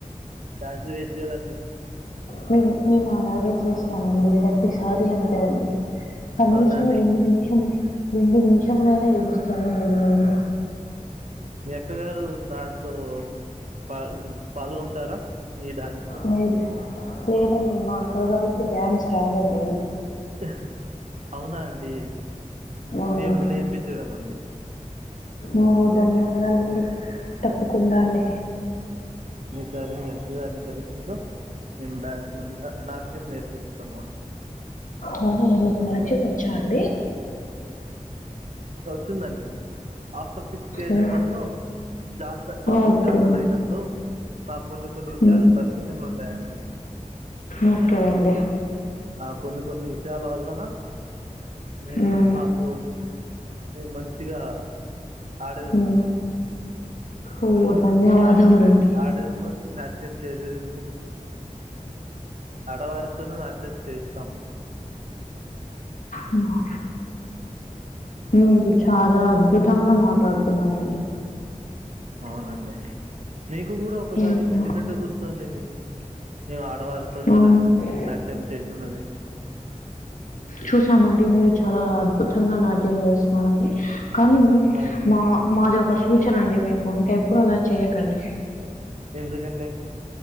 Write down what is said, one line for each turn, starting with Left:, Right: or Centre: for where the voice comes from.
Right: డ్యాన్స్ వేయొచ్చు కదండి.
Left: మేం మేము అలాగే చేస్తామండి ప్రతిసారి అంతే అండి కనీసం
Right: అవునా అండి
Left: రెండు నిమిషము రెండు నిమిషములైనా ఎగురు తామండి మేము
Right: అక్క గారు దాన్లో పాల్ పాల్గొంటారా మీ డ్యాన్స్ లో
Left: లేదు లేదండి మా అక్కగారికి డ్యాన్స్ రాదండి.
Right: యహ్ అవునా అండి
Left: అవునండి
Right: మేము నేర్పిచ్చెదమండి.
Left: ఓ ధన్యవాదాలండి తప్పకుండా అండి
Right: సరే మీ అక్క గారిని కలిసినచో నేను డాన్ ఉమ్ నా నాట్యం నేర్పిస్ దము
Left: ఆ అ మీకు నాకు నాట్యం వచ్చా అండి?
Right: వచ్చిందండి ఆఫ్టర్ ఫిక్స్ చేసే
Left: ఓ,
Right: పనిలో జాత మా ఊరు
Left: ఓకే
Right: జాతర అయినప్పుడు మాకు కొన్ని కొన్ని విషయాలకు
Left: ఉమ్,
Right: పర్మిషన్లు ఉం టాయండి
Left: ఓకే అండి
Right: ఆ కొన్ని కొన్ని విషయాల వల్లన మేం
Left: ఉమ్,
Right: మాకు మేం మంచిగా ఆడెదము
Left: ఉమ్.
Right: అండి
Left: ఓ ధన్యవాదములండి
Right: నాట్యం ఆడెదము నాట్యం చేయలేదు నువ్వు ఆడవారితోను నాట్యం చేస్తాము
Left: అవునా మీరు చాలా <unintelligible> మాట్లాడుతున్నారండి
Right: అవునండి మీకు కూడా ఒకసారి
Left: ఉమ్.
Right: పెట్టినట్టు గుర్తు ఉంది నేను ఆడవారితో
Left: అవును.
Right: చాలా నాట్యం చేస్తున్నది
Left: చూసామండి మీరు చాలా అద్భుతంగా నాట్యం చేస్తున్నారండి కానీ
Right: అవును,
Left: మా మాది ఒక సూచన అండి మీకు ఇంకెప్పుడు అలా చేయకండి
Right: ఎందుకం